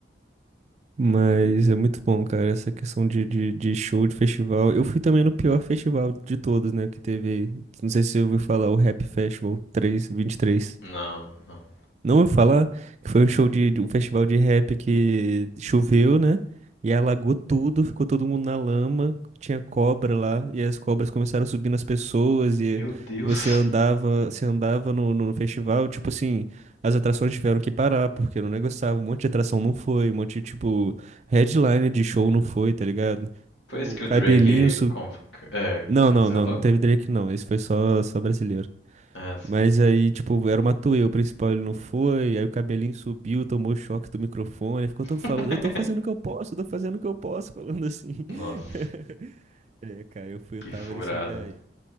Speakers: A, on the right (about 35°); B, on the left (about 80°).
A: Mas é muito bom, cara, essa questão de, de, de show, de festival. Eu fui também no pior festival de todos, né, que teve. aí. Não sei se você ouviu falar, o Rap Festival 3, três
B: Não, não.
A: não vou falar que foi um show de, de um festival de rap que choveu, né? E alagou tudo, ficou todo mundo na lama, tinha cobra lá, e as cobras começaram a subir nas pessoas, e
B: Meu Deus.
A: você andava, você andava no, no festival, tipo assim, as atrações tiveram que parar, porque não negociava, um monte de atração não foi, um monte de, tipo, headline de show não foi, tá ligado?
B: <laughs> Foi
A: O
B: esse que o
A: cabelinho
B: Drake
A: sub...
B: con- é,
A: Não,
B: cancelou?
A: não, não, não teve Drake não, esse foi só, só brasileiro.
B: Ah, sim.
A: Mas aí, tipo, era uma Matuê, o principal ele não foi, aí o cabelinho subiu, tomou choque do microfone, ficou todo falando,
B: <laughs>
A: eu tô fazendo o que eu posso, eu tô fazendo o que eu posso, falando assim. <laughs>
B: Nossa,
A: É, cara, eu fui, eu
B: que
A: tava
B: furada.
A: nesse lugar aí.